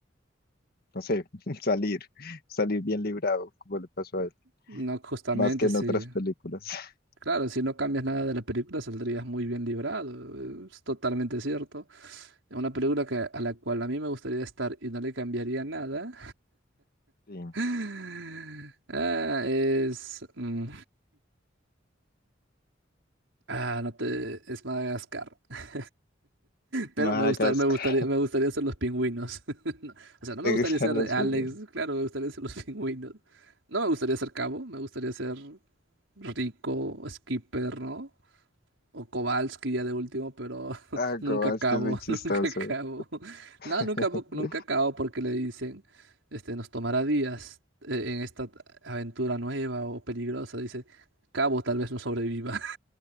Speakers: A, on the left; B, on the right.
A: no sé, <laughs> salir, salir bien librado, como le pasó a él,
B: no, justamente
A: más que en
B: sí.
A: otras películas. <laughs>
B: Claro, si no cambias nada de la película saldrías muy bien librado, es totalmente cierto. Una película que, a la cual a mí me gustaría estar y no le cambiaría nada
A: Sí.
B: <laughs> ah, es... mm, <laughs> ah, no te... es Madagascar. <laughs> Pero
A: Madagascar,
B: me gusta, me gustaría, me gustaría ser los pingüinos. <laughs> No, O sea, no me
A: te
B: gustaría
A: gustan
B: ser
A: los
B: Alex,
A: juegos.
B: claro, me gustaría ser los <laughs> pingüinos. No me gustaría ser Cabo, me gustaría ser Rico, Skipper, ¿no? O Kowalski ya de último, pero <laughs>
A: Ah,
B: nunca
A: como
B: acabo,
A: es que es muy chistoso.
B: <laughs> nunca acabo.
A: <laughs>
B: No, nunca, nunca acabo porque le dicen, este, nos tomará días eh, en esta aventura nueva o peligrosa. Dice, Cabo tal vez no sobreviva. <laughs>